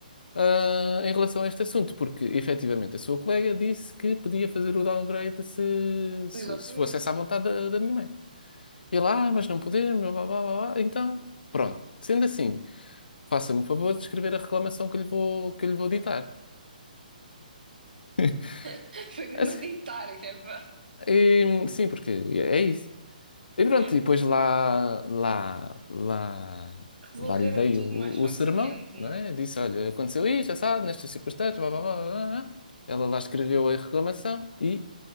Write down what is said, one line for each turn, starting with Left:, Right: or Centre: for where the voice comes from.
Left: ah, em relação a este assunto, porque efetivamente a sua colega disse que podia fazer o downgrade se, se,
Right: Exatamente.
Left: se fosse essa a vontade da, da minha mãe. E ele, ah, mas não podemos, blá, blá, blá, blá. blá." Então, pronto. Sendo assim, faça-me o favor de escrever a reclamação que eu lhe vou, que eu lhe vou ditar. <laughs>
Right: <laughs> Foi mesmo
Left: E, assim,
Right: a ditar, que é para...
Left: e, sim, porque é isso. E pronto,
Right: Yeah.
Left: e depois lá, lá, lá,
Right: Resolveram
Left: lá lhe dei
Right: tudo
Left: o,
Right: mais facilmente,
Left: o sermão, não
Right: não?
Left: é? Disse, olha, aconteceu isto, assado, nestas circunstâncias, blá, blá, blá, blá, blá. Ela lá escreveu a reclamação e